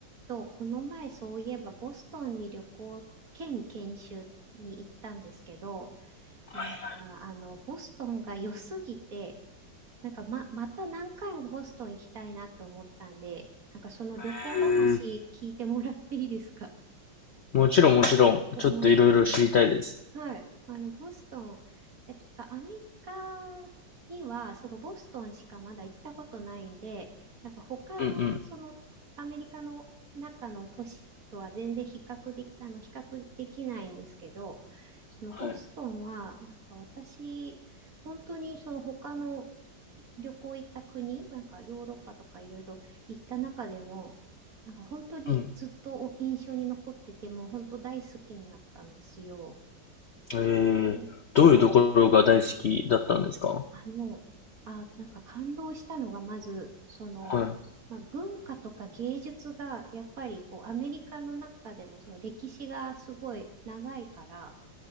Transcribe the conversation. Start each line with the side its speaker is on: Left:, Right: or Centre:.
Right: と、この前そういえばボストンに旅行兼研修に行ったんですけど、
Left: はい
Right: なんかあの、ボストンが良すぎて、なんかま、また何回もボストン行きたいなって思ったんで、なんかその旅行話聞いてもらっていいですか
Left: はいへえ。もちろんもちろん、
Right: 思い出話。
Left: ちょっといろいろ知りたいです。
Right: はい。あの、ボストン、え、というか、アメリカには、そのボストンしかまだ行ったことないんで、なんか他の、
Left: うん
Right: その、アメリカの中の都市とは全然比較でき、あの、比較できないんですけど、そのボストンは、
Left: はい。
Right: なんか私、本当にその他の旅行行った国、なんかヨーロッパとかいろいろ行った中でも、なんか本当にずっと印象に残ってて、
Left: うん。はい
Right: もう本当大好きになったんですよ。
Left: うん。ええ、
Right: うん
Left: どういうところが大好きだったんですか
Right: うんあの、あ、なんか感動したのが、まず、その、
Left: はい。
Right: まあ、文化とか芸術が、やっぱりこう、アメリカの中でも、その歴史がすごい長いから、